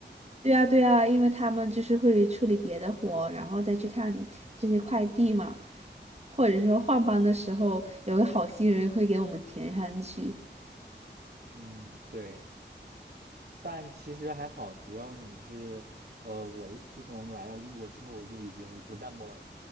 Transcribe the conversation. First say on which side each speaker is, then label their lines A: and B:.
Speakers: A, on the right; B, on the right.
A: 对啊，对啊，因为他们就是会处理别的活，然后再去看这些快递嘛，或者说换班的时候，有个好心人会给我们填上去。
B: 嗯，对，但其实还好，只要你是，呃，我自从来到英国之后，就已经不那么